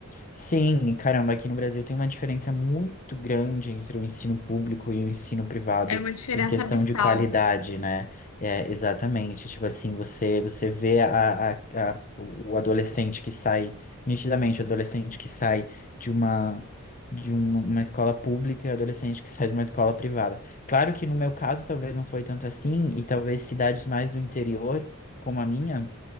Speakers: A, on the left; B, on the left.
A: Sim, e caramba, aqui no Brasil tem uma diferença muito grande entre o ensino público e o ensino privado
B: É uma diferença
A: em questão
B: abissal.
A: de qualidade, né? É, exatamente. Tipo assim, você, você vê a, a, a- o adolescente que sai, nitidamente, o adolescente que sai de uma, de um- uma escola pública e o adolescente que sai de uma escola privada. Claro que no meu caso talvez não foi tanto assim, e talvez cidades mais do interior, como a minha,